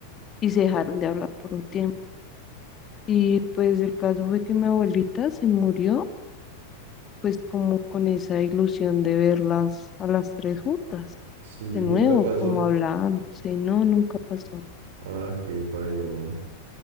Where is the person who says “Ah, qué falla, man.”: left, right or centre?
Right